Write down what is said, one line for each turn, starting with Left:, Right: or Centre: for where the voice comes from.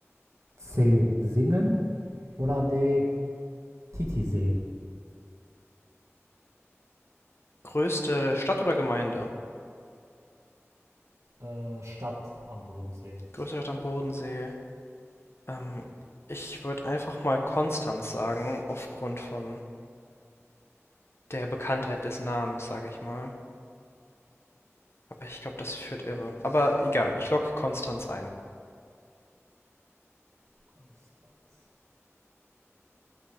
Right: C. Singen oder D. Titisee.
Left: Größte Stadt oder Gemeinde?
Right: Äh, Stadt am Bodensee.
Left: Größte Stadt am Bodensee. Ähm, ich würde einfach mal Konstanz sagen, aufgrund von der Bekanntheit des Namens, sage ich mal. Aber ich glaube, das führt irre. Aber egal, ich logge Konstanz ein.
Right: Konstanz.